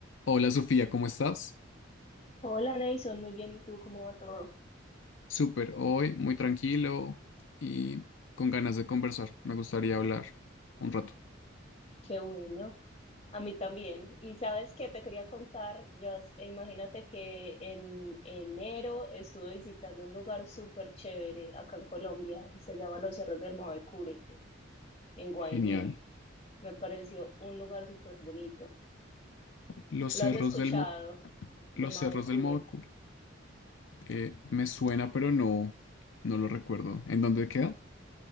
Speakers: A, on the left; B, on the left.
A: Hola Sofía, ¿cómo estás?
B: Hola, Nason, muy bien. ¿Y tú cómo va todo?
A: Súper, hoy muy tranquilo y con ganas de conversar. Me gustaría hablar un rato.
B: Qué bueno. A mí también. Y sabes que te quería contar, yo, as- e imagínate que en enero estuve visitando un lugar súper chévere acá en Colombia. Se llama Los Cerros del Mavecure, en Guainía.
A: Genial.
B: Me pareció un lugar súper bonito.
A: Los
B: ¿Lo
A: cerros
B: has escuchado
A: del Mo-
B: de
A: los
B: Mavecure?
A: cerros del Mocour. Eh, me suena, pero no, no lo recuerdo. ¿En dónde queda?